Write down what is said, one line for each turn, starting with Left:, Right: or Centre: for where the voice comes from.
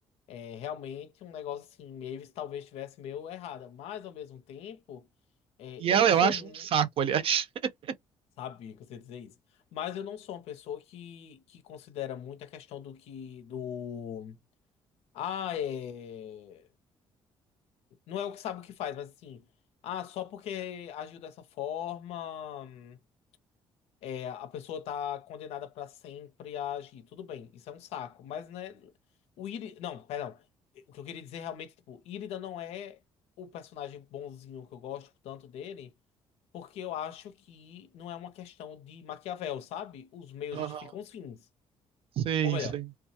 Left: É realmente um negócio assim, Mavis talvez estivesse meio errada, mas ao mesmo tempo, é,
Right: E
Left: eu
Right: ela,
Left: não sou
Right: eu acho,
Left: um,
Right: um saco, aliás. <laughs>
Left: sabe, que você dizer isso, mas eu não sou uma pessoa que, que considera muito a questão do que do Ah, é. Não é o que sabe o que faz, mas assim. Ah, só porque agiu dessa forma, hum, é, a pessoa tá condenada pra sempre a agir. Tudo bem, isso é um saco. Mas, né? O Iri. Não, perdão. O que eu queria dizer realmente, tipo, Irida não é o personagem bonzinho que eu gosto tanto dele, porque eu acho que não é uma questão de Maquiavel, sabe? Os meios
Right: Aham.
Left: justificam os fins.
Right: Sim,
Left: Ou melhor.
Right: sim.